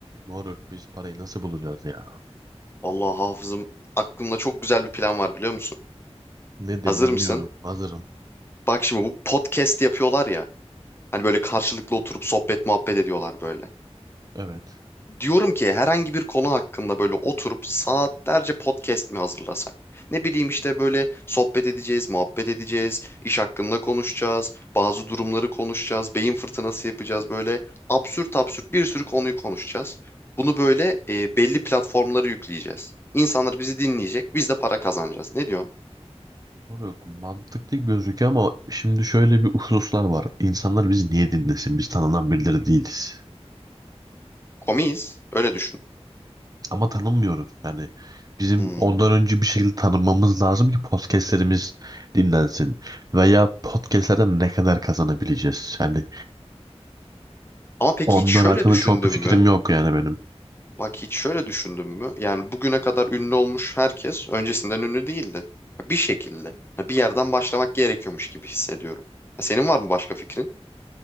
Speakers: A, on the right; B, on the left.
A: Moruk biz parayı nasıl bulacağız ya?
B: Vallahi hafızım aklımda çok güzel bir plan var biliyor musun?
A: Nedir
B: Hazır
A: dinliyorum.
B: mısın?
A: Hazırım.
B: Bak şimdi bu podcast yapıyorlar ya. Hani böyle karşılıklı oturup sohbet muhabbet ediyorlar böyle.
A: Evet.
B: Diyorum ki herhangi bir konu hakkında böyle oturup saatlerce podcast mi hazırlasak? Ne bileyim işte böyle sohbet edeceğiz, muhabbet edeceğiz, iş hakkında konuşacağız, bazı durumları konuşacağız, beyin fırtınası yapacağız böyle absürt absürt bir sürü konuyu konuşacağız. Bunu böyle e, belli platformlara yükleyeceğiz. İnsanlar bizi dinleyecek, biz de para kazanacağız. Ne diyorsun?
A: Moruk mantıklı gözüküyor ama şimdi şöyle bir hususlar var. İnsanlar bizi niye dinlesin? Biz tanınan birileri değiliz.
B: Komiyiz. Öyle düşün.
A: Ama tanınmıyoruz. Yani bizim
B: Hmm.
A: ondan önce bir şekilde tanınmamız lazım ki podcastlerimiz dinlensin. Veya podcastlerden ne kadar kazanabileceğiz? Yani
B: Ama peki
A: onlar
B: hiç şöyle
A: hakkında
B: düşündün
A: çok bir fikrim
B: mü?
A: yok yani benim.
B: Bak hiç şöyle düşündün mü? Yani bugüne kadar ünlü olmuş herkes öncesinden ünlü değildi. Bir şekilde. Yani Bir yerden başlamak gerekiyormuş gibi hissediyorum. Senin var mı başka fikrin?